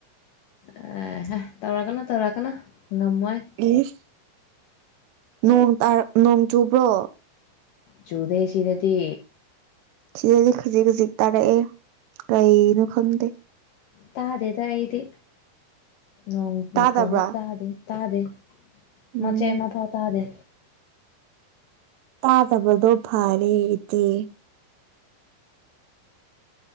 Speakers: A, on the left; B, on the right.
A: ꯑꯦꯍꯦ ꯇꯧꯔꯛꯀꯅꯨ ꯇꯧꯔꯛꯀꯅꯨ ꯉꯝꯃꯣꯏ
B: ꯏꯁ ꯅꯣꯡ ꯇꯥꯔꯛ ꯅꯣꯡ ꯆꯨꯕ꯭ꯔꯣ
A: ꯆꯨꯗꯦ ꯁꯤꯗꯗꯤ
B: ꯁꯤꯗꯗꯤ ꯈꯖꯤꯛ ꯈꯖꯤꯛ ꯇꯥꯔꯛꯑꯦ ꯀꯩꯅꯣ ꯈꯪꯗꯦ
A: ꯇꯥꯗꯦꯗ ꯑꯩꯗꯤ ꯅꯣꯡ
B: ꯇꯥꯗꯕ꯭ꯔꯥ
A: ꯃꯈꯣꯟꯗꯣ ꯇꯥꯗꯦ ꯇꯥꯗꯦ
B: ꯎꯝ
A: ꯃꯆꯦꯠ ꯑꯃ ꯐꯥꯎ ꯇꯥꯗꯦ
B: ꯇꯥꯗꯕꯗꯣ ꯐꯔꯦ ꯏꯆꯦ